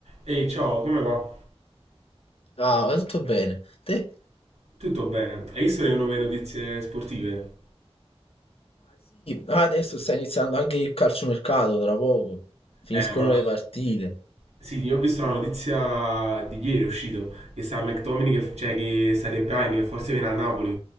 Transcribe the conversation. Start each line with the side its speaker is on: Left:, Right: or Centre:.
Right: Ehi, ciao, come va?
Left: Ah, tutto bene. Te
Right: Tutto bene. Hai visto le nuove notizie sportive?
Left: ah, adesso sta iniziando anche il calciomercato tra poco. Finiscono
Right: Eh, ma
Left: le partite.
Right: sì, io ho visto la notizia di ieri, è uscito, che sta McTominay, che, cioè che sta De Bruyne, che forse viene a Napoli.